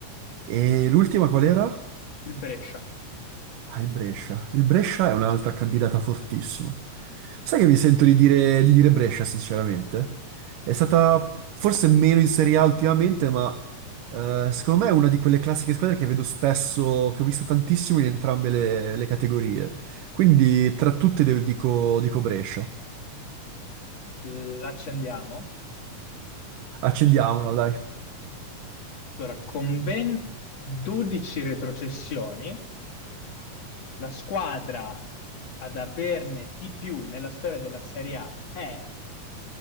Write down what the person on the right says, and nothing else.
E l'ultima qual era?
Ah, il Brescia. Il Brescia è un'altra candidata fortissima. Sai che mi sento di dire, di dire Brescia, sinceramente? È stata forse meno in Serie A ultimamente, ma eh, secondo me è una di quelle classiche squadre che vedo spesso, che ho visto tantissimo in entrambe le, le categorie. Quindi tra tutte le- dico, dico Brescia.
Accendiamola, dai.